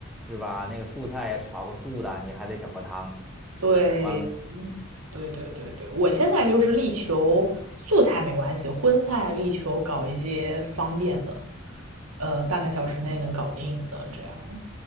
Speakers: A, in the centre; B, on the right.
A: 是吧？那个素菜也炒个素的，你还得整个汤。
B: 对，
A: 完了，
B: 对，对，对，对，我现在就是力求素菜没关系，荤菜力求搞一些方便的，呃，半个小时内能搞定的这样。